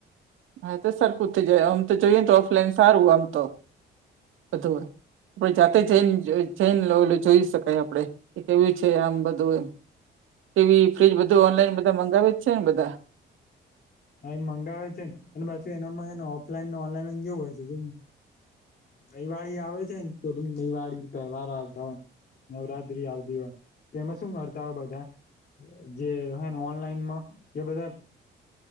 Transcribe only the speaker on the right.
હા તો સરખુંતે જાય આમ તો જોઈએ તો ઓફલાઈન સારું આમ તો બધું હોય આપે જાતે જૈન જૈન લોલ જોઈ શકાય આપડે કે કેવું છે આમ બધું એમ ટીવી ફ્રીજ બધું ઓનલાઈન બધા મંગાવે જ છે ને બધા